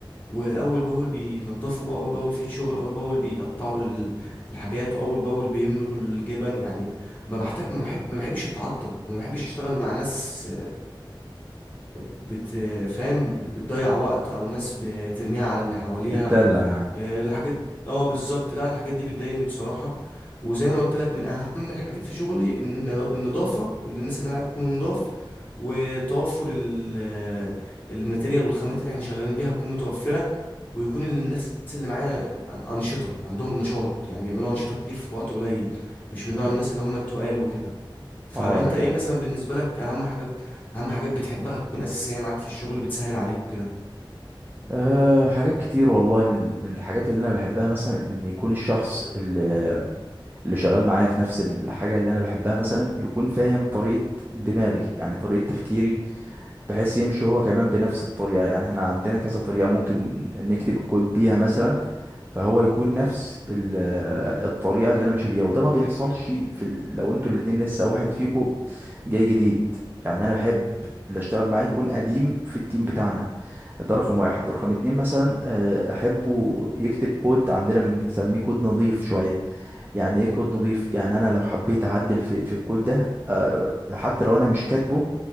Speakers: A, on the left; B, on the right.
A: واول باول بينضفوا اول باول في شغل اول باول بيقطعوا ال- الحاجات واول باول بيملوا الجبن يعني ما بحتاج ما بحب ما بحبش اتعطل وما بحبش اشتغل مع ناس بتفهم بتضيع وقت او ناس بترميها على اللي حواليها
B: بتدلع يعني
A: آه، الحاجات اه بالظبط لا الحاجات دي بتضايقني بصراحة وزي ما انا قلت لك من اهم الحاجات في شغلي ان النظافة وان الناس اللي معاك تكون نضاف وتوفر ال- الماتيريال والخامات اللي احنا شغالين بيها تكون متوفرة ويكون الناس اللي معايا أنشطة عندهم نشاط يعني بيعملوا أنشطة كتير في وقت قليل مش من
B: مم.
A: نوع الناس اللي هم التقال وكده فانت
B: اه يعني
A: ايه مثلا بالنسبه لك اهم حاجه بت... اهم حاجات بتحبها تكون اساسيه معاك في الشغل بتسهل عليك وكده
B: أه حاجات كتير والله من من الحاجات اللي انا بحبها مثلا ان يكون الشخص اللي اللي شغال معايا في نفس الحاجه اللي انا بحبها مثلا يكون فاهم طريقه دماغي يعني طريقه تفكيري بحيث يمشي هو كمان بنفس الطريقة يعني احنا عندنا كذا طريقة ممكن نكتب الكود بيها مثلا فهو يكون نفس ال- آه، الطريقة اللي انا ماشي بيها وده ما بيحصلش في ال... لو انتوا الاتنين لسه واحد فيكو جاي جديد يعني انا بحب اللي اشتغل معاه يكون قديم في التيم بتاعنا ده رقم واحد رقم اتنين مثلا آه، احبه يكتب كود عندنا بنسميه كود نظيف شوية يعني ايه كود نضيف يعني انا لو حبيت اعدل في في الكود ده آه، حتى لو انا مش كاتبه